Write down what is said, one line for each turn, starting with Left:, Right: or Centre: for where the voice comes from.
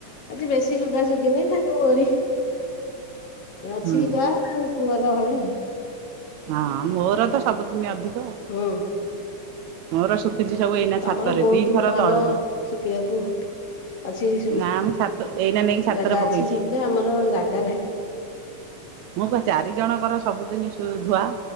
Left: ଆଜି ବେଶୀ ଲୁଗା ଶୁଖିନି ଖାଲି ମୋରି ଅଛି
Right: ହୁଁ
Left: ଯା ଆଉ ପୁଅର ହଳେ।
Right: ହଁ ଆ ମୋର ତ ସବୁଦିନ ଅଧିକ।
Left: ଉଁ
Right: ମୋର ଶୁଖିଛି ସବୁ ଏଇନା
Left: ତମର
Right: ଛାତରେ
Left: ବହୁତ
Right: ଦିଥର
Left: ଘର
Right: ତଳୁକୁ
Left: ଶୁଖିବାକୁ ଅଛି ସୁବି
Right: ନା ମୁଁ ଛାତ ଏଇନା ନେଇକି ଛାତରେ
Left: ଜାଗା
Right: ପକେଇଛି
Left: ଅଛି ସୁବି ସେ ଆମର ଜାଗା ନାହିଁ।
Right: ମୋ ପା ଚାରି ଜଣଙ୍କର ସବୁଦିନି ଧୁଆ।